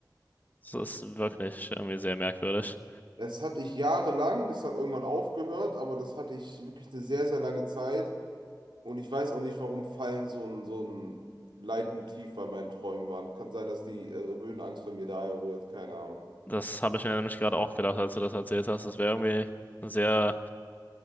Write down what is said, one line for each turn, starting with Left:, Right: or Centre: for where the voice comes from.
Left: Das ist wirklich irgendwie sehr merkwürdig.
Right: Das hatte ich jahrelang, das hat irgendwann aufgehört, aber das hatte ich wirklich eine sehr, sehr lange Zeit. Und ich weiß auch nicht, warum Fallen so ein, so ein Leitmotiv bei meinen Träumen waren. Kann sein, dass die äh, Höhenangst bei mir daher rührt, keine Ahnung.
Left: Das habe ich mir nämlich gerade auch gedacht, als du das erzählt hast. Das wäre irgendwie ein sehr